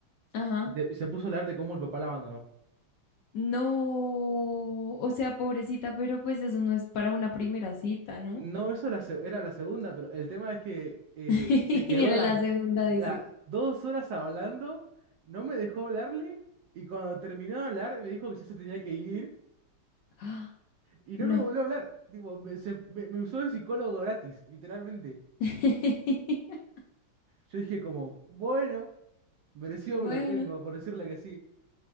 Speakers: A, on the left; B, on the right.
A: Ajá.
B: y se, y se puso a hablar de cómo el papá la abandonó.
A: No, o sea, pobrecita, pero pues eso no es para una primera cita, ¿no?
B: No, eso la se- era la segunda, pero el tema es que eh,
A: <laughs>
B: se quedó
A: Era
B: la,
A: la segunda, dice.
B: la- dos horas hablando, no me dejó hablarle y cuando terminó de hablar me dijo que ya se tenía que ir
A: "Ah,
B: y no
A: no.
B: me volvió a hablar. Tipo, me, se- me- me usó de psicólogo gratis, literalmente.
A: <laughs>
B: Yo dije como, bueno, merecido
A: Bueno,
B: me lo tengo por decirle que sí.